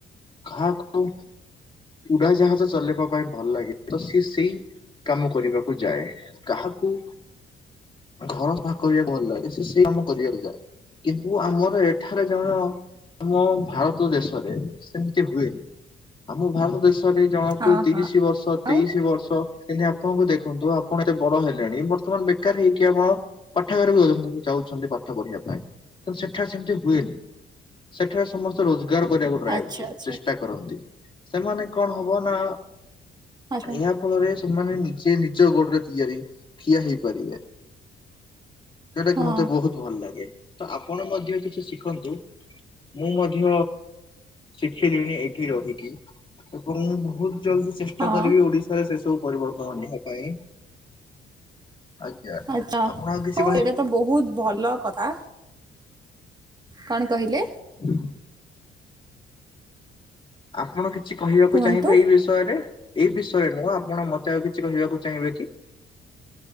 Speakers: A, on the left (about 25°); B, on the right (about 20°).
A: କାହାକୁ ଉଡ଼ାଜାହାଜ ଚଲେଇବା ପାଇଁ ଭଲ ଲାଗେ ତ ସିଏ ସେଇ କାମ କରିବାକୁ ଯାଏ କାହାକୁ ଘର ସଫା କରିବାକୁ ଭଲ ଲାଗେ ସେ ସେଇ କାମ କରିବାକୁ ଯାଏ। କିନ୍ତୁ ଆମର ଏଠାରେ ଜଣ ଆମ ଭାରତ ଦେଶରେ ସେମିତି ହୁଏନି ଆମ ଭାରତ ଦେଶ ଷରେ ଜଣକୁ
B: ହଁ
A: ତିରିଶ
B: ହଁ
A: ବର୍ଷ
B: ଆଉ।
A: ତେଇଶି ବର୍ଷ। ଯେମିତି ଆପଣଙ୍କୁ ଦେଖନ୍ତୁ ଆପଣ ଏତେ ବଡ ହେଲେଣି ବର୍ତ୍ତମାନ ବେକାର ହେଇକି ଆପଣ ପାଠାଗାର <unintelligible> ଯାଉଛନ୍ତି ପାଠ ପଢିବା ପାଇଁ। ନ୍ତୁ ସେଠା ସେମିତି ହୁଏନି ସେଠାରେ ସମସ୍ତେ ରୋଜଗାର କରିବାକୁ ଟ୍ରାଏ
B: ଆଚ୍ଛା ଆଚ୍ଛା
A: ଚେଷ୍ଟା କରନ୍ତି ସେମାନେ କଣ ହବ ନା
B: ଆଚ୍ଛା
A: ଏହା ଫଳରେ ସେମାନେ ନିଜେ ନିଜ ଗୋଡରେ ତିଆରି ଠିଆ ହେଇପାରିବେ। ସେଇଟା
B: ହଁ
A: କି ମତେ ବହୁତ ଭଲ ଲାଗେ। ତ ଆପଣ ମଧ୍ୟ କିଛି ଶିଖନ୍ତୁ, ମୁଁ ମଧ୍ୟ ଶିଖିଲିଣି ଏଇଠି ରହିକି ଏବଂ ବହୁତ ଜଲ୍ଦି ଚେଷ୍ଟା
B: ହଁ
A: କରିବି ଓଡିଶାରେ ସେ ସବୁ ପରିବର୍ତ୍ତନ ନିବା ପାଇଁ ଆ ଆ
B: ଆଚ୍ଛା।
A: ଆପଣ ଆଉ କିଛି
B: ହଉ
A: କହିବେ?
B: ଏଇଟା ତ ବହୁତ ଭଲ କଥା କଣ କହିଲେ?
A: <unintelligible> <inaudible> ଆପଣ କିଛି କହିବାକୁ
B: କୁହନ୍ତୁ।
A: ଚାହିଁବେ ଏଇ ବିଷ ବିଷୟରେ ଏଇ ବିଷୟରେ ନୁହଁ ଆପଣ ମତେ ଆଉ କିଛି କହିବାକୁ ଚାହିଁବେ କି?